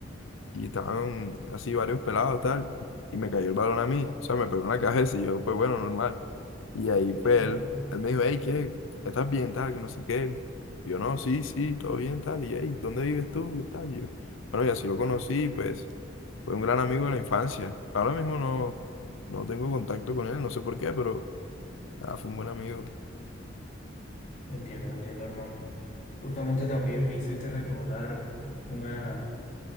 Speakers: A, on the left; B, on the left.
A: y estaban así varios pelados, tal, y me cayó el balón a mí, o sea, me pegó en la cabeza y yo, pues bueno, normal. Y ahí, pues,
B: <laughs>
A: él, él me dijo, hey, ¿qué? ¿Estás bien, tal, que no sé qué? Y yo, no, sí, sí, todo bien, tal, y hey, ¿dónde vives tú? ¿Qué tal? Y yo, bueno, y así lo conocí, pues, fue un gran amigo de la infancia. Ahora mismo no, no tengo contacto con él, no sé por qué, pero, ah, fue un buen amigo,
B: Entiendo, entiendo, hermano. Justamente también me hiciste recordar una,